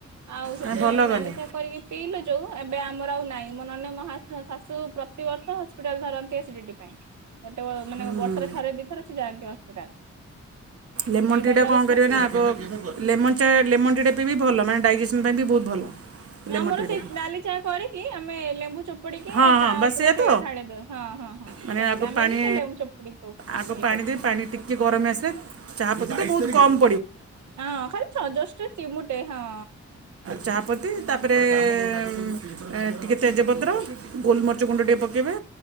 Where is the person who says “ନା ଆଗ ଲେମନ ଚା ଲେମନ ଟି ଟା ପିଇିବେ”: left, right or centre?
Right